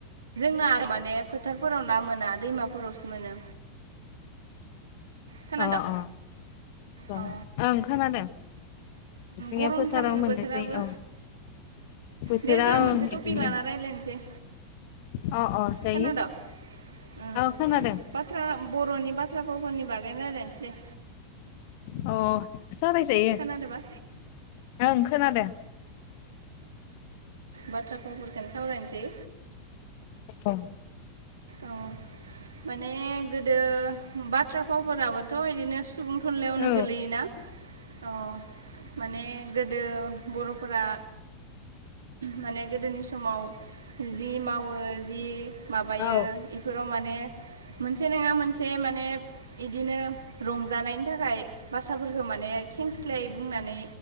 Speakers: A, on the right; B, on the left.
A: जोंना आरो माने फोथारफोराव ना मोना दैमाफोरावसो मोनो खोनादों
B: अ अ
A: अ ओ
B: ओं खोनादों जोंनिया
A: गरमथार
B: फोथाराव मोननाय
A: बोथोराबो
B: जायो औ बोथोरा
A: दे जोंहा
B: ओं
A: मोनसे
B: बिदिनो
A: टपिक लाना रायज्लायनोसै
B: अ अ जायो
A: खोनाद ओं
B: औ खोनादों
A: बाथ्रा बर'नि बाथ्रा थ्रगनि बागैयनो रायलायनोस दे
B: अ सावराय जायो
A: खोनादोंबा
B: ओं खोनादों
A: बाथ्रा फावफोरखौनो सावरायनोसै
B: अ
A: औ माने गोदो बाथ्रा फावफोराबोथ' बिदिनो सुबुं थुनलाइयावनो
B: औ
A: गोलैयोना अ माने गो दो बर'फोरा माने गोदोनि समाव जि मावो जि बियो
B: औ
A: इफोराव माने मोनसे नंङा मोनसे माने इदिनो रंजानायनि थाखाय बाथ्राफोरखौ मा माने खेंस्लाय बुंनानै